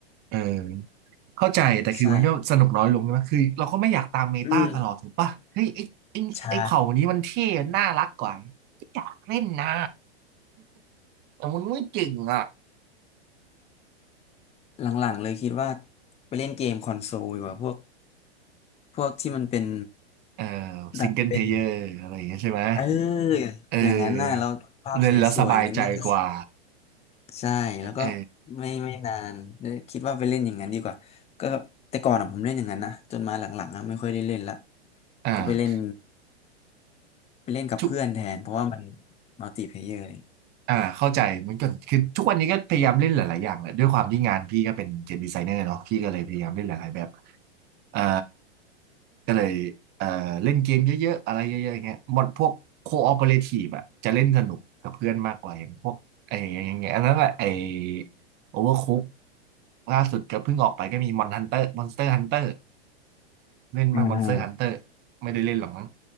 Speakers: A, on the right; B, on the left.
A: เออเข้าใจแต่คือมันก็สนุกน้อยลงใช่ไหมคือเราก็ไม่อยากตามเมตาตลอดถูกปะเฮ้ยไอ้ไอ้ไอ้เผ่านี้มันเท่น่ารักกว่าไม่อยากเล่นนะ
B: ใช่อืมใช่
A: แต่มันไม่เก่งอ่ะ
B: หลังๆเลยคิดว่าไปเล่นเกมคอนโซลดีกว่าพวกพวกที่มันเป็น
A: เออ
B: แบบเป็น
A: ซิงเกิลเพลเยอร์อะไรอย่างเงี้ยใช่ไหม
B: เอออย่างนั้นน่ะเราภาพสวยๆอย่างนั้นน่าจะ
A: เออเล่นแล้วสบายใจกว่า
B: ใช่แล้วก็
A: เออ
B: ไม่ไม่นานเอยคิดว่าไปเล่นอย่างนั้นดีกว่าก็แต่ก่อนอ่ะผมเล่นอย่างนั้นนะจนมาหลังๆอ่ะไม่ค่อยได้เล่นละ
A: อ่า
B: ก็ไปเล่นไปเล่นกับเพื่อนแทนเพราะว่ามัน
A: ทุก
B: มัลติเพลเยอร์เลย
A: อ่าเข้าใจมันก็คือทุกวันนี้ก็พยายามเล่นหลายๆอย่างแหละด้วยความที่งานพี่ก็เป็นเกมดีไซเนอร์เนาะพี่ก็เลยพยายามเล่นหลายๆแบบเอ่อก็เลยเอ่อเล่นเกมเยอะๆอะไรเยอะๆอย่างเงี้ยหมดพวกโคออเปเรทีฟอะจะเล่นสนุกกับเพื่อนมากกว่าอย่างพวกไอ้อย่างเงี้ยอันนั้นแหละไอ้โอเวอร์คุกล่าสุดก็เพิ่งออกไปก็มีมอนฮันเตอร์มอนสเตอร์ฮันเตอร์เล่นบ้างมอนสเตอร์ฮันเตอร์ไม่ได้เล่นหรอกมั้ง
B: อ่า